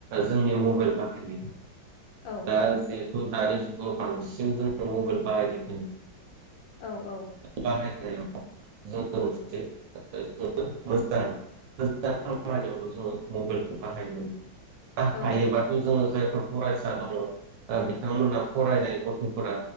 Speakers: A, on the right; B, on the left.
A: जोंनि मबाइल बाहायनाय
B: औ
A: दा ज दानि जुगाव बांसिन जोंङो मबाइल
B: औ औ
A: बाहायनायखौ नुनो मोनो दा बे मबाइल बाहायनाय <unintelligible> मो मोजां खामानियावनो जोंङो मबाइलखौ बाहायो बाहायोबा
B: औ
A: जोङो जायफोर फरायसा दङ ओ बिथांमोना फरायनाय गथ'फोरा